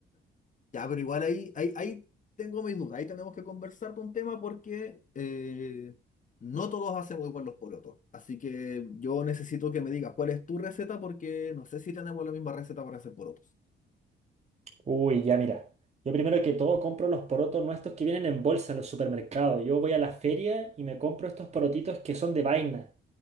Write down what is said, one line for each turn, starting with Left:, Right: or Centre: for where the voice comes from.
Left: Ya, pero igual ahí, ahí, ahí tengo mis dudas, ahí tenemos que conversar de un tema porque eh, no todos hacemos igual los porotos. Así que yo necesito que me digas cuál es tu receta porque no sé si tenemos la misma receta para hacer porotos.
Right: Uy, ya mira. Yo primero que todo compro los porotos nuestros que vienen en bolsa en los supermercados. Yo voy a la feria y me compro estos porotitos que son de vaina,